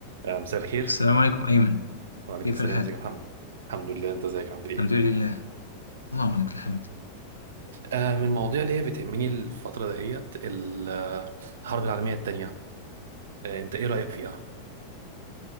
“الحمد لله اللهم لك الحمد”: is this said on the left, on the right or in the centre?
Left